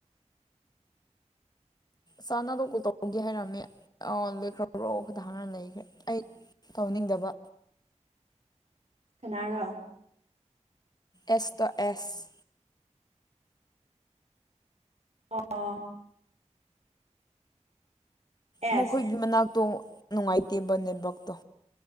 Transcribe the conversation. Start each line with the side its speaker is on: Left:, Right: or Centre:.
Left: ꯆꯥꯅꯗꯣꯛꯄ ꯇꯧꯕꯒꯦ ꯍꯥꯏꯔꯝꯃꯦ ꯑ ꯂꯣꯏꯈ꯭ꯔꯕ꯭ꯔꯣ ꯈꯤꯇ ꯍꯥꯟꯅ ꯂꯩꯈ꯭ꯔꯦ ꯑꯩ ꯇꯧꯅꯤꯡꯗꯕ
Right: ꯀꯅꯥꯔꯣ
Left: ꯑꯦꯁꯇꯣ ꯑꯦꯁ
Right: ꯑ ꯑꯦꯁ
Left: ꯃꯈꯣꯏꯒꯤ ꯃꯅꯥꯛꯇꯣ ꯅꯨꯡꯉꯥꯏꯇꯦꯕ ꯅꯦꯠꯋꯥꯛꯛꯇꯣ